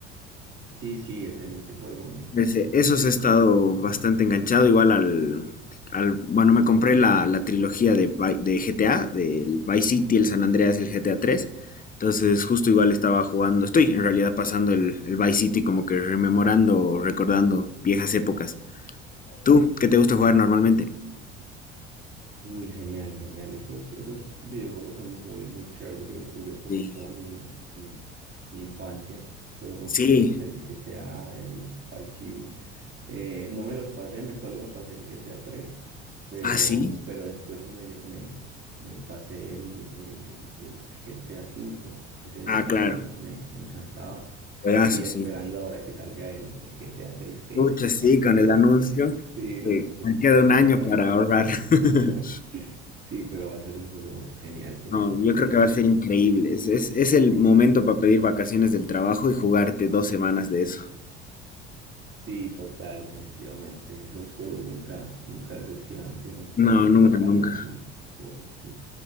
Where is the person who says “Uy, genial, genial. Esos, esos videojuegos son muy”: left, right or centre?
Right